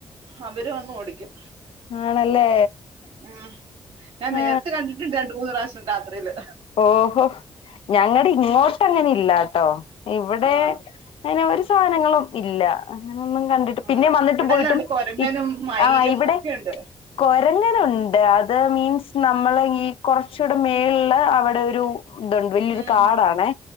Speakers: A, on the right; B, on the left.
A: അവര് വന്ന് ഓടിക്കും
B: ആണല്ലേ
A: ഉ ഞാൻ
B: ആ
A: നേരട്ട് കണ്ടിട്ടുണ്ട് രണ്ട് മൂന്ന് പ്രാവശ്യം രാത്രിയില്
B: ഓഹോ ഞങ്ങളുടെ ഇങ്ങോട്ട് അങ്ങനെ ഇല്ലാത കേട്ടോ ഇവിടെ
A: ആഹ്
B: അനെ ഒരു സാധനങ്ങളും ഇല്ല അങ്ങൊന്നും കണ്ടിട്ട് പിന്നെ
A: ആഹ്
B: വന്നിട്ടും
A: ഇവിടെല്ലാം
B: പോയിട്ടും
A: ഉണ്ട് കൊരങ്ങനും മയിലും
B: ആ ഇവിടെ
A: ഒക്കെയുണ്ട്
B: കൊരങ്ങനുണ്ട് അത് മീൻസ് നമ്മളള് ഈ കുറച്ചൂടെ മേുള്ള അവിടെ ഒരു ഇതുണ്ട് വലിയൊരു
A: ഉം
B: കാടാണെ